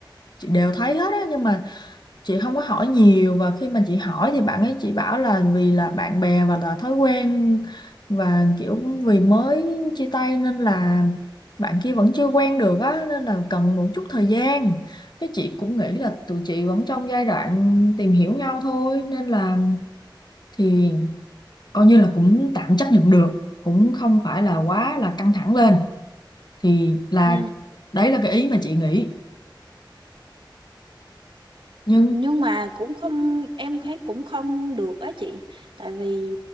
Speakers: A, on the left; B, on the right.
A: chị đều thấy hết á nhưng mà chị không có hỏi nhiều và khi mà chị hỏi thì bạn ấy chỉ bảo là vì là bạn bè và là thói quen và kiểu vì mới chia tay nên là bạn kia vẫn chưa quen được á nên là cần một chút thời gian cái chị cũng nghĩ là tụi chị vẫn trong giai đoạn tìm hiểu nhau thôi nên là thì coi như là cũng tạm chấp nhận được cũng không phải là quá là căng thẳng lên thì là
B: ừ
A: đấy là cái ý mà chị nghĩ nhưng
B: nhưng mà cũng không em thấy cũng không được á chị tại vì